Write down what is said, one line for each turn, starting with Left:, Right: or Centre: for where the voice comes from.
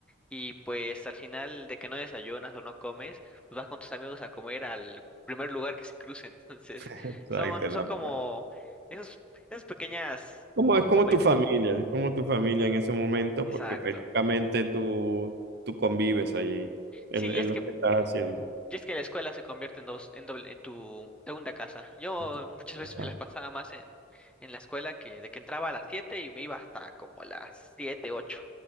Centre: Y pues al final de que no desayunas o no comes, pues vas con tus amigos a comer al primer lugar que se cruce. <laughs> Entonces,
Right: <laughs> exacto.
Centre: son, son como
Right: la-
Centre: esos, esos pequeños
Right: Como, es como
Centre: momentos.
Right: tu familia, es como tu familia en ese momento
Centre: Exacto.
Right: porque prácticamente tú, tú convives allí, es,
Centre: Sí,
Right: es
Centre: y es
Right: lo
Centre: que,
Right: que estás haciendo.
Centre: y es que la escuela se convierte en dos, en doble, en tu segunda casa. Yo
Right: con tu familia
Centre: muchas <laughs> veces
Right: acá.
Centre: me las pasaba más en, en la escuela que de que entraba a las 7 y me iba hasta como las 7 8